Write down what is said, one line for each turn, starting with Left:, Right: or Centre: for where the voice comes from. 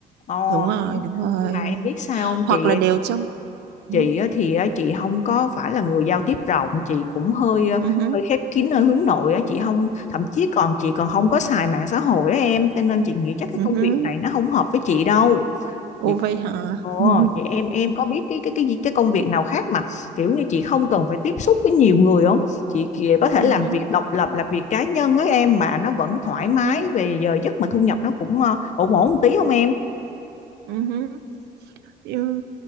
Left: Ờ,
Right: đúng rồi đúng rồi
Left: nhưng mà em biết sao không
Right: hoặc
Left: chị
Right: là đều trong ừ
Left: chị thì chị không có phải là người giao tiếp rộng chị cũng hơi ờ,
Right: ừ hứ,
Left: hơi khép kín ở hướng nội á chị không thậm chí còn chị còn không có xài mạng xã hội á em cho nên chị nghĩ chắc
Right: ừ
Left: cái công
Right: hứ.
Left: việc này nó không hợp với chị đâu
Right: Ủa
Left: chị
Right: vậy hả
Left: ồ
Right: <laughs>
Left: vậy em em có biết cái cái cái gì- cái công việc nào khác mà kiểu như chị không cần phải tiếp xúc với nhiều người không chị kìa có thể
Right: ừ
Left: làm
Right: hứ,
Left: việc độc lập làm việc cá nhân á em mà nó vẫn thoải
Right: ừ
Left: mái
Right: hứ,
Left: về giờ giấc mà thu nhập nó cũng ờ, ổn ổn một tí không em
Right: ừ hứ. Ừ,